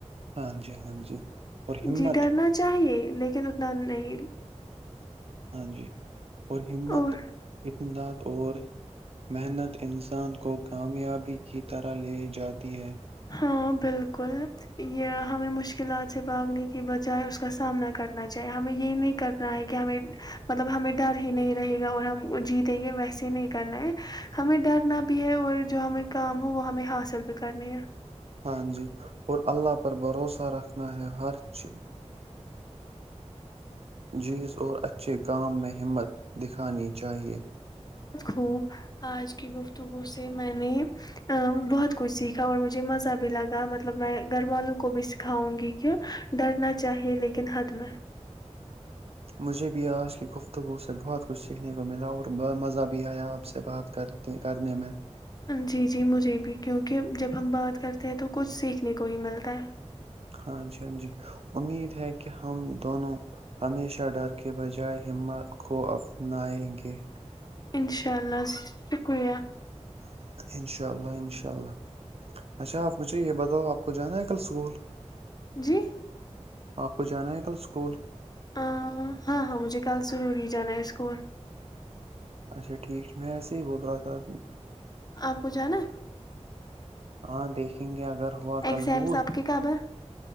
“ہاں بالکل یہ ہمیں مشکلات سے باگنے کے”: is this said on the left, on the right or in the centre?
Left